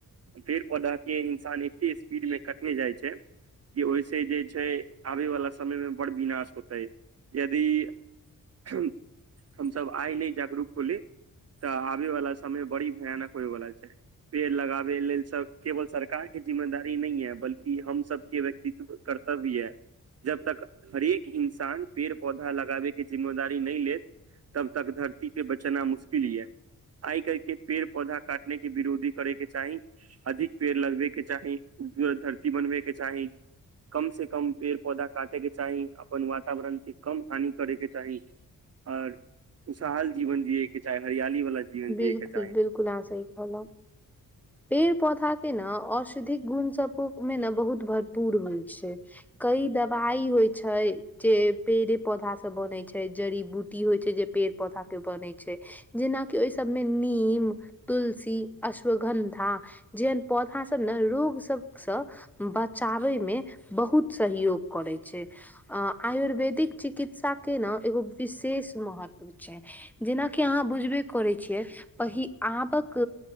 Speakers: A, on the right; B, in the centre.
A: <inaudible> पेड़ पौधा कें इंसान एते स्पीड में कटने जाइ छै कि ओइसे जे छै आबे वला समय में बड़ विनाश होतै यदि <unintelligible> हमस आइ नै जागरूक होली तऽ आबे वाला समय बड़ी भयानक होइवला छै पेड़ लगाबे लेल सब केवल सरकार केँ जिम्मेदारी नै या बल्कि हम सब केँ व्यक्तित्व कर तब या <inaudible> जब तक हरेक इन्सान पेड़ पौधा लगाबै केँ जिम्मेदारी नै लेत तब तक धरती केँ बचना मुश्किल यऽ आइ कैल पेड़ पौधा काटने केँ विरोध <unintelligible> करेके चाही अधिक पेड़ लगबे केँ चाही उपजाऊ धरती बनबे केँ चाही कम से कम पेड़ पौधा काटे केँ चाही अपन वातावरण केँ कम हानि करेके चाही अर <inaudible> खुशहाल जीवन जिए केँ चाहे हरियाली वाला जीवन जियैके
B: बिल्कुल
A: चाही
B: बिल्कुल अहाँ सही कहलो पेड़ पौधा केँ न औषधिक गुण सब में न बहुत भर पूर होइ छै कई दवा -ई होइ छै जे पेड़े पौधा स बनै छै जड़ी बूटी होइ छै जे पेड़ पौधा केँ बनै छै जेनाक केँ ओइ सब में नीम तुलसी अश्वगन्धा जेहन पौधा सब ने रोग सबसँ बचाबे मे बहुत सहयोग करैछै अ आयुर्वेदिक चिकित्सा के ने एगो विशेष महत्व छै जेनााकि अहाँ बुझबे करै छियै वही आबक